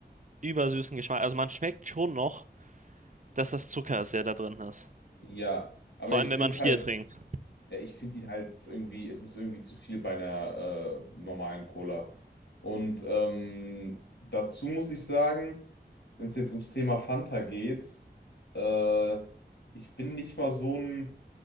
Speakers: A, on the right (about 45°); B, on the left (about 80°).
A: übersüßen Geschmack. Also man schmeckt schon noch, dass das Zucker ist, der da drin ist.
B: Ja, aber
A: Vor
B: ich
A: allem, wenn
B: finde
A: man viel
B: halt,
A: trinkt.
B: ja, ich finde ihn halt irgendwie, es ist irgendwie zu viel bei einer äh, normalen Cola. Und ähm, dazu muss ich sagen, wenn es jetzt ums Thema Fanta geht, äh, ich bin nicht mal so ein